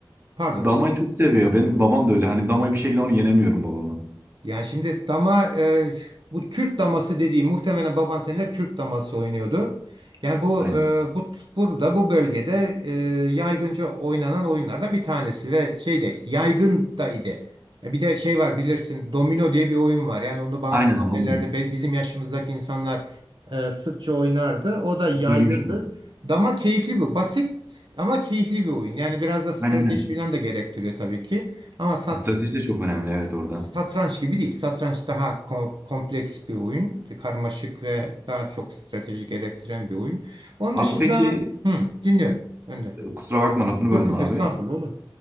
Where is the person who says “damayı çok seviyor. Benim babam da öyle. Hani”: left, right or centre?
Right